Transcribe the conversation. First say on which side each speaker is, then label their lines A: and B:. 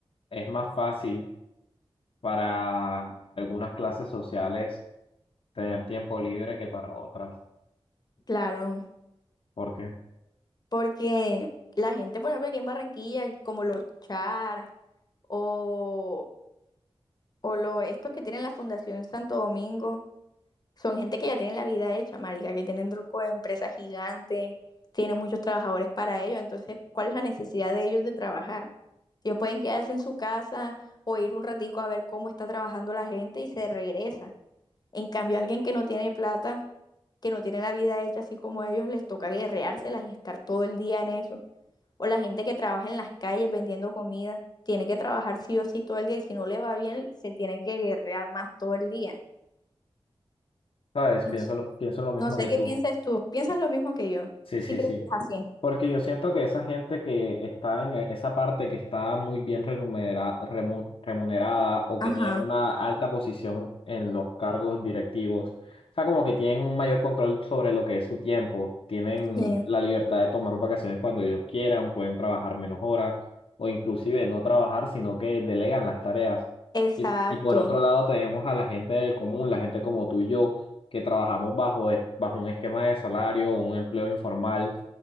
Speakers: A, on the left; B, on the left.
A: es más fácil para algunas clases sociales tener tiempo libre que para otras?
B: Claro,
A: Porque,
B: porque la gente, por ejemplo, aquí en Barranquilla, como los Char o, o lo- estos que tienen la Fundación Santo Domingo, son gente que ya tienen la vida hecha, marica, que tienen truco de empresas gigantes, tienen muchos trabajadores para ellos, entonces, ¿cuál es la necesidad de ellos de trabajar? Ellos pueden quedarse en su casa o ir un ratico a ver cómo está trabajando la gente y se regresa. En cambio, alguien que no tiene plata, que no tiene la vida hecha así como ellos, les toca guerreárselas y estar todo el día en eso. O la gente que trabaja en las calles vendiendo comida, tiene que trabajar sí o sí todo el día y si no le va bien, se tiene que guerrear más todo el día.
A: ¿sabes?
B: No
A: Pienso,
B: sé,
A: pienso lo mismo
B: no sé
A: que
B: qué
A: tú.
B: piensas tú. ¿Piensas lo mismo que yo?
A: Sí,
B: ¿Sí
A: sí,
B: crees
A: sí.
B: que es así?
A: Porque yo siento que esa gente que está en e, esa parte que está muy bien remunera- remu- remunerada o
B: Ajá,
A: que tienen una alta posición en los cargos directivos, o sea, como que tienen un mayor control sobre lo que es su tiempo, tienen
B: sí.
A: la libertad de tomar vacaciones cuando ellos quieran, pueden trabajar menos horas o inclusive no trabajar, sino que delegan las tareas.
B: Exacto,
A: Y, y por otro lado tenemos a la gente del común, la gente como tú y yo, que trabajamos bajo, es- bajo un esquema de salario, un empleo informal